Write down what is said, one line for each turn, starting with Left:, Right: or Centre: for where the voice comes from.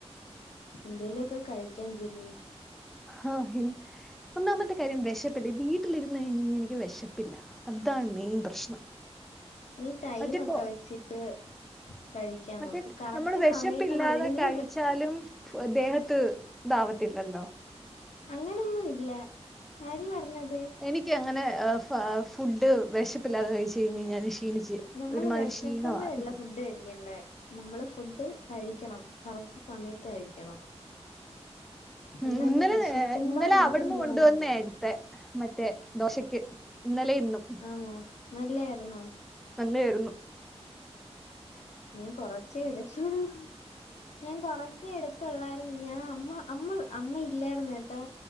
Left: എന്തേലു ഒക്കെ കഴിക്കഞ്ജലി
Centre: ഹാ ഇന്ന് ഒന്നാമത്തെ കാര്യം വെശപ്പില്ല വീട്ടിലിരുന്ന് കഴിഞ്ഞാഞ്ഞെനിക്ക് വെശപ്പില്ല അതാണ് മെയിൻ പ്രശ്നം
Left: നീ ടൈമൊക്ക
Centre: മറ്റേ കൊ
Left: വെച്ചിട്ട് കഴിക്കാൻ
Centre: മറ്റേ
Left: നോക്ക് കറക്റ്റ്
Centre: നമ്മള് വെശപ്പില്ലാതെ
Left: സമയത്തങ്ങ് കഴിക്കണം
Centre: കഴിച്
Left: നീ
Centre: ച്ചാലും ഫ് ദേഹത്ത് ഇതാവത്തില്ലല്ലോ
Left: അങ്ങനൊന്നും ഇല്ല ആര് പറഞ്ഞത്
Centre: എനിക്ക് അങ്ങനെ ഏഹ് ഫ ഫുഡ് വെശപ്പില്ലാതെ കഴിച്ച് കഴിഞ്ഞഴി ഞാല് ക്ഷീണിച്ച്
Left: നമ്മള്
Centre: ഒരുമാതിരി
Left: വെശക്കുമ്പഴല്ല
Centre: ക്ഷീണമായിരിക്കും
Left: ഫുഡ് കഴിക്കണ്ടേ നമ്മള് ഫുഡ് കഴിക്കണം കറക്റ്റ് സമയത്ത് കഴിക്കണം
Centre: ഉം
Left: അല്ലാതെ
Centre: ഇന്നലെ
Left: വിശക്കുമ്പോ
Centre: ഇന്നലെ
Left: മാത്രം
Centre: അവിടുന്ന്
Left: തിന്നാതിരിക്കല്ലേ
Centre: കൊണ്ടുവന്നേ എടുത്തെ മറ്റേ ദോശക്ക് ഇന്നലെ ഇന്നും
Left: ആണോ നല്ലേര്ന്നോ
Centre: നല്ലേരുന്നു
Left: ഞാൻ കൊറച്ചേ എടുത്തുള്ളൂ ഞാൻ കൊറച്ചേ എടുത്ത് ത്തൊള്ളാര്ന്നു ഞാൻ അമ്മ അമ്മ അമ്മ ഇല്ലാരുന്ന് കേട്ടോ